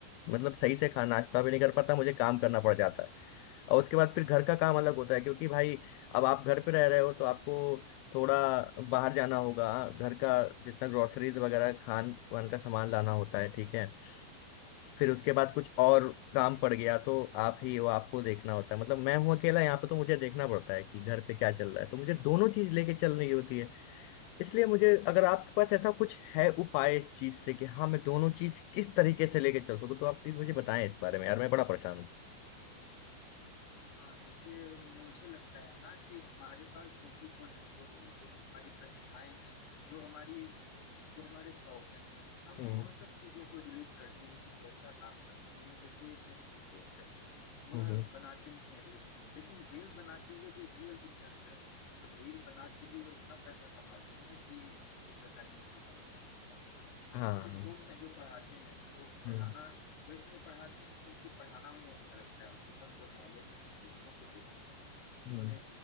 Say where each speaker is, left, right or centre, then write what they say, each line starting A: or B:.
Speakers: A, on the left; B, on the left.
A: मतलब सही से खाना नाश्ता
B: हाँ
A: भी
B: हाँ
A: नहीं कर पाता मुझे काम करना पड़ जाता है और उसके बाद फिर घर का काम अलग होता है क्योंकि भाई अब आप घर पे रह रहे हो तो आपको थोड़ा बाहर जाना होगा घर का जितना ग्रोसरीज वगैरह खान वान का सामान लाना होता है ठीक है फिर उसके बाद कुछ और काम
B: ठीक
A: पड़ गया
B: है।
A: तो आप ही वो आपको देखना होता है मतलब मैं हूँ अकेला यहाँ पे तो मुझे देखना पड़ता है कि घर पे क्या चल रहा है तो मुझे दोनों चीज लेके चलनी होती है इसलिए मुझे अगर आपके पास
B: हम्म।
A: ऐसा कुछ है उपाय इस चीज से कि हाँ मैं दोनों चीज किस तरीके से लेके चल सकूँ तो आप प्लीज मुझे बताएं इस बारे में यार मैं बड़ा परेशान हूँ
B: हाँ देखिए मुझे लगता है ना कि हमारे पास जो भी गुण है जो जो हमारी प्रतिभाएं हैं जो हमारी जो हमारे शौक है हम
A: हम्म
B: उन सब चीजों को रिलेट करते हुए कुछ वैसा काम कर सकते हैं जैसे मेरे कुछ दोस्त हैं वह
A: हम्म हम्म,
B: बनाते हैं रील लेकिन रील बनाते हुए भी रियल दुनिया में रहते हैं मतलब रील बना के भी वो इतना पैसा कमाते हैं कि एक सरकारी नौकरी वाला इतना नहीं कमा सकता
A: हाँ
B: कुछ दोस्त हैं जो पढ़ाते हैं तो पढ़ाना
A: हम्म
B: वो इसलिए पढ़ाते हैं क्योंकि पढ़ाना उन्हें अच्छा लगता है उनके पास जो नॉलेज है उसे दूसरों को देते हैं
A: हम्म
B: उन्होंने